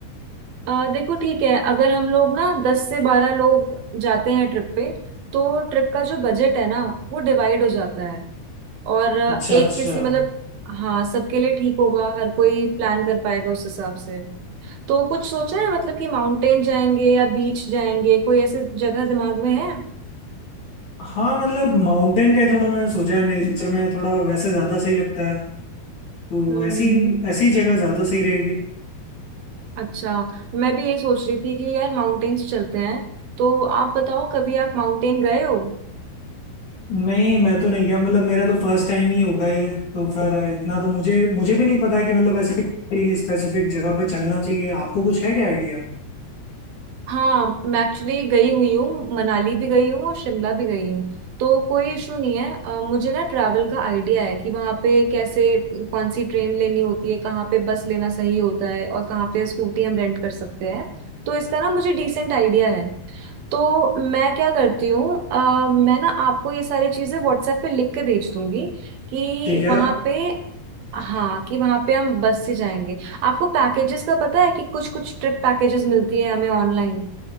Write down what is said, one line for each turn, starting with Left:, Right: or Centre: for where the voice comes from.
Right: अ, देखो ठीक है अगर हम लोग ना दस से बारह लोग जाते हैं ट्रिप पे तो ट्रिप का जो बजट है ना वो डिवाइड हो जाता है और अ,
Left: अच्छा
Right: एक
Left: अच्छा
Right: किसी मतलब हाँ सबके लिए ठीक होगा हर कोई प्लान कर पाएगा उस हिसाब से तो कुछ सोचा है मतलब कि माउंटेन जाएंगे या बीच जाएंगे कोई ऐसे जगह दिमाग में है हम्म
Left: हाँ मतलब माउंटेन का ही थोड़ा मैंने सोचा है नेचर में थोड़ा वैसे ज्यादा सही लगता है तो
Right: हम्म,
Left: ऐसी
Right: हम्म।
Left: ऐसी जगह ज्यादा सही रहेगी
Right: अच्छा मैं भी ये सोच रही थी कि यार माउंटेन्स चलते हैं तो आप बताओ कभी आप माउंटेन गए हो
Left: नहीं मैं तो नहीं गया मतलब मेरा तो फर्स्ट टाइम ही होगा ये तो फिर इतना तो मुझे मुझे भी नहीं पता है कि मतलब ऐसे स्पेसिफिक जगह पे चलना चाहिए आपको कुछ है क्या आइडिया
Right: हाँ मैं एक्चुअली गई हुई हूँ मनाली भी गई हूँ और शिमला भी गई हूँ तो कोई इशू नहीं है अ, मुझे ना ट्रैवल का आइडिया है कि वहाँ पे कैसे कौन सी ट्रेन लेनी होती है कहाँ पे बस लेना सही होता है और कहाँ पे स्कूटी हम रेंट कर सकते हैं तो इसका ना मुझे डिसेंट आइडिया है तो मैं क्या करती हूँ अ, मैं ना आपको ये सारी चीज़ें व्हाट्सएप पे लिख के भेज दूंगी कि
Left: ठीक है
Right: वहाँ पे हाँ कि वहाँ पे हम बस से जाएंगे आपको पैकेजेस का पता है कि कुछ कुछ ट्रिप पैकेजेस मिलती है हमें ऑनलाइन